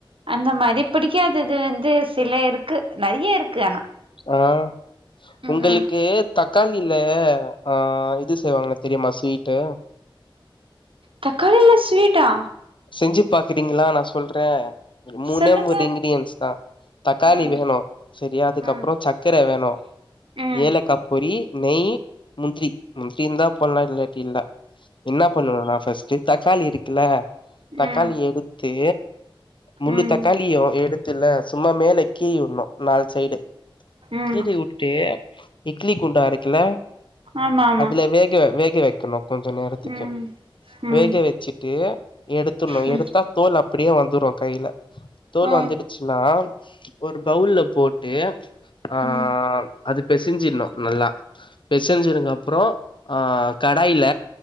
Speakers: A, on the right (about 75°); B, on the left (about 65°).
A: அந்த மாரி பிடிக்காதது வந்து சில இருக்கு நெறைய இருக்கு ஆனா
B: ஆஹ்
A: ம்
B: உங்களுக்கு
A: ம்
B: தக்காளில ஆஹ் இது செய்வாங்கன்னா தெரியுமா ஸ்வீட்டு
A: தக்காளில ஸ்வீட்டா
B: ஞ்சு பாக்குறீங்களா நா சொல்றே மூனே
A: சொல்லுங்க
B: மூனு இன்கிடியன்ஸ் தான் தக்காளி
A: ம்
B: வேணோ சரியா அதுக்கப்பற
A: ம்
B: சர்க்கர வேணோ
A: ம்
B: ஏலக்க பொரி நெய் முந்திரி முந்திரிந்தான் போண்ணலா இல்லாட்டி இல்ல என்ன பண்ணு நா ஃபஸ்ட் தக்காளி இருக்குல்ல தக்காளி
A: ம் ம்
B: எடுத்து முழு
A: ம்
B: தக்காளியும் எடுத்துல சும்மா மேலகீய்யுண்ணு நாலு சைடு
A: ம்
B: கீறிவுட்டு இக்லி குண்டா இருக்குல
A: ஆமா ஆமா
B: அதுல வேக வேக வைக் <unintelligible> கொஞ்ச நேரத்துக்கு
A: ம் ம்
B: வேக வச்சிட்டு எடுத்துர்னு
A: ம்
B: எடுத்தா தோல் அப்படியே வந்துரு கையில தோல்
A: ஆ
B: வந்துடுச்சின்னா ஒரு பவுள்ள போட்டு ஆஹ்
A: ம்
B: அது பெசிஞ்சின்னோ நல்லா பெச்சஞ்சிருங்க அப்பறோ ஆஹ் கடாயில